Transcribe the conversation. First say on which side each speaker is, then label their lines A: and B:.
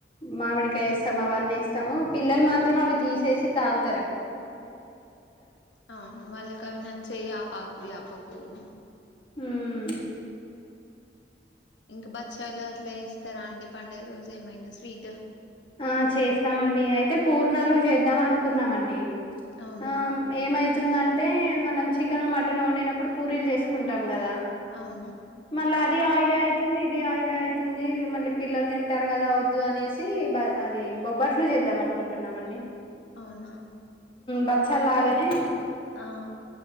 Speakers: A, on the left; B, on the left.
A: మామిడికాయ ఎస్తాం అవన్నీ ఎస్తాము పిల్లలు మాత్రం అవి తీసేసి తాగు
B: అవును వాళ్ళ కవి నాచ్చవు యాపాకు యాప అవును
A: మ్మ్
B: ఇంకా బక్ష్యలు అట్లా ఇస్తారా అండి పండగ రోజు ఏమైనా స్వీట్
A: ఆ చేస్తామండి అయితే పూర్ణాలు చేద్దాం అనుకు కున్నామండి
B: అవునా
A: ఆ మీమైత్ అతుందంటే మనం చికెన్ మటన్ వండినప్పుడు పూరీలు చేసుకుంటాం కదా
B: అవున
A: మళ్ళీ అది ఆయిలే అయితుంది ఇది ఆయిలే అయితుంది మళ్ళీ పిల్లలు తింటారు కదా వద్దు అనేసి అది బొబ్బట్లు చేద్దాం అనుకుంటున్నామ అండి
B: అవునా
A: బచ్చల్లాగానే
B: ఆ